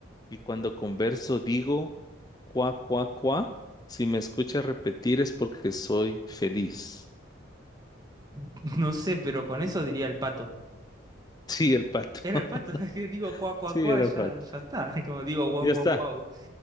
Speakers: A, on the left (about 20°); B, on the right (about 20°).
A: y cuando converso digo, cuá, cuá, cuá. Si me escuchas repetir es porque soy feliz. <laughs>
B: <laughs> No sé, pero con eso diría el pato.
A: Sí, el pato.
B: Era
A: <laughs>
B: el pato, <laughs> es que digo cuá, cuá,
A: Sí,
B: cuá,
A: era
B: ya,
A: pato.
B: ya está. <laughs> Como digo guau,
A: Ya
B: guau,
A: está.
B: guau,